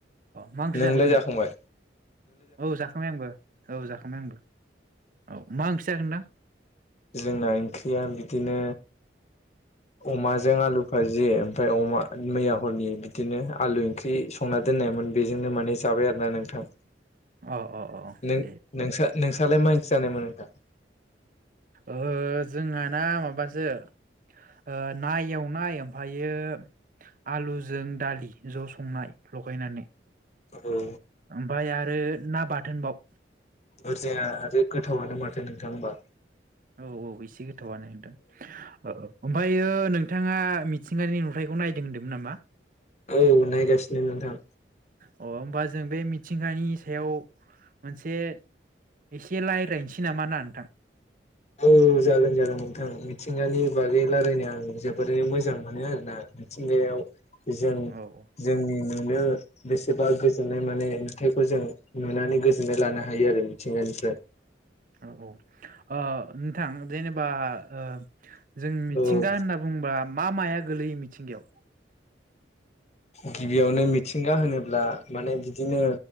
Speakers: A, on the right (about 45°); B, on the left (about 35°).
A: मा ओंख्रि
B: नोंलाय
A: जाखो नोंथां
B: जाखांबाय
A: औ जाखांबाय आंबो औ जाखांबाय आंबो औ मा ओंख्रि जाखो नोंथां
B: जोंना ओंख्रिया बिदिनो अमाजों आलु फाजि ओमफ्राय अमा मैया हरनि बिदिनो आलु ओंख्रि संना दोननाय मोन बेजोंनो माने जाबाय आरो ना नोंथां
A: अह अह अह
B: नों
A: दे
B: नोंसा नोंसालाय माइ इंख्रि जानायमोन नोंथां
A: ओ जोंहाना माबासो ओ ना एवनाय ओमफ्रायो आलुजों दालि ज' संनाय लगायनानै।
B: औ
A: ओमफ्राय आरो ना बाथोनबाव।
B: ओरजाया आरो गोथावानो माथो नोंथां होनबा।
A: औ औ एसे गोथावानो नोंथां ओ-ओमफ्राय। ओमफ्रायो नोंथाङा मिथिंगानि नुथायखौ नायदों होनदोंमोन नामा?
B: औ नायगासिनो नोंथां।
A: अह होमबा जों बे मिथिंगानि सायाव मोनसे एसे रायलायनोसै नामा ना नोंथां?
B: औ जागोन जागोन नोंथां मिथिंगानि बागै लारायनो आं जोबोरैनो मोजां मोनो आरोना। मिथिंगायाव जों
A: औ औ
B: जोंनि नुनो बेसेबा गोजोननाय माने नुथाइखौ जों नुनानै गोजोननाय लानो हायो आरो मिथिंगानिफ्राय।
A: औ औ ओ नोंथां जेनेबा ओ जों मिथिंगा
B: औ
A: होनना बुंबा मा माया गोलैयो मिथिंगायाव?
B: गिबियावनो मिथिंगा होनोब्ला माने बिदिनो